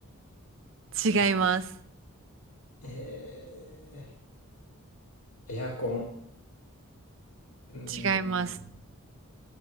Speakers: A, on the right (about 60°); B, on the left (about 75°).
A: 違います。
B: うん。えー、エアコン。うん。
A: 違います。